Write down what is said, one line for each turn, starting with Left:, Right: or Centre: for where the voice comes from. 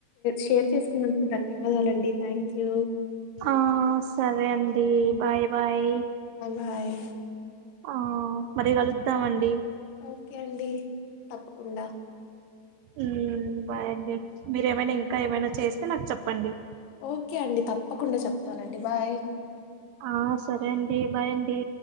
Left: షేర్ చేసుకున్నందుకు ధన్యవా చలండి థ్యాంక్యూ
Right: ఆ సరే అండి బాయ్ బాయ్
Left: హాయ్
Right: ఆ మరి కలుత్తమండి
Left: ఓకే అండి తప్పకుండా
Right: హ్మ్ బాయండి మీరేమైనా ఇంకా ఏమైనా చేస్తే నాకు చెప్పండి
Left: ఓకే అండి తప్పకుండా చెప్తానండి బాయ్
Right: ఆ సరే అండి బాయ్ అండి